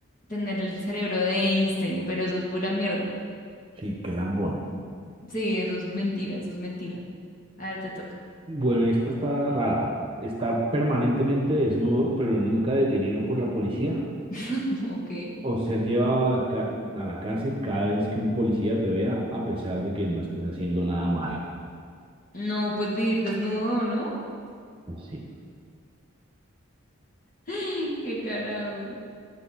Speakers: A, on the left (about 40°); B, on the right (about 25°).
A: tener el cerebro de Einstein, pero eso es pura mierda.
B: Sí, qué lambón.
A: Sí, eso es mentira, eso es mentira. A ver, te toca.
B: Bueno, esta está rara. Estar permanentemente desnudo, pero nunca detenido por la policía.
A: <laughs> Ok.
B: O ser llevado a la, ca- a la cárcel cada vez que un policía te vea, a pesar de que no estés haciendo nada malo.
A: No, pues vivir desnudo, ¿no?
B: Sí,
A: <laughs> Qué carajo.